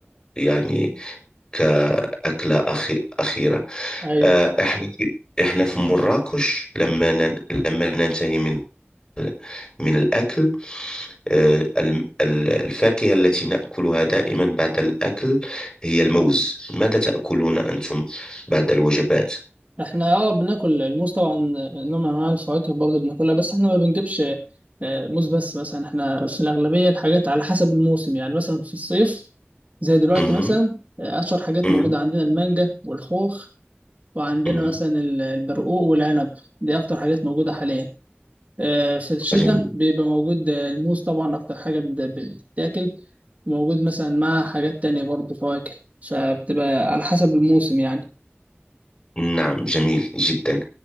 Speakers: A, on the left; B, on the right.
A: يعني كأكلة أخي أخيرة
B: ايوه
A: آه، إحنا في إحنا في مراكش لما ن- لما ننتهي من ال- من الأكل آه، الم- ال- الفاكهة التي نأكلها دائما بعد الأكل هي الموز ماذا تأكلون أنتم بعد الوجبات؟
B: احنا اه بناكل الموز طبعا نوع من انواع الفواكه برضه بناكلها بس احنا ما بنجيبش آه، موز بس مثلا احنا في الاغلبيه الحاجات على حسب الموسم يعني مثلا في الصيف زي دلوقتي
A: مهم.
B: مثلا آه، اشهر حاجات
A: مهم.
B: موجوده عندنا المانجا والخوخ وعندنا
A: مهم.
B: مثلا ال- البرقوق والعنب دي اكتر حاجات موجوده حاليا آه، في الشتاء
A: جميل
B: بيبقى موجود آه، الموز طبعا اكتر حاجه بت- بتتاكل موجود مثلا مع حاجات تانية برضه فواكه فبتبقى على حسب الموسم يعني
A: نعم جميل جدا